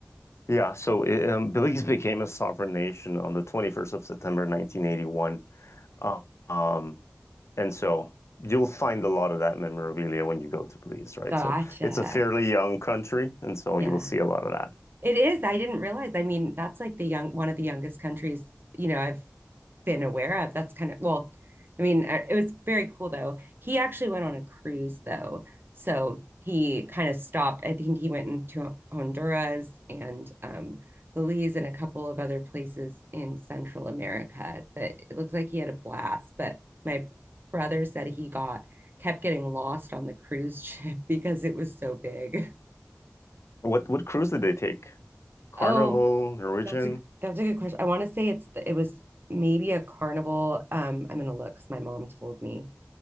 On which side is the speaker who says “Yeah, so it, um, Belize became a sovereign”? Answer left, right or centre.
Left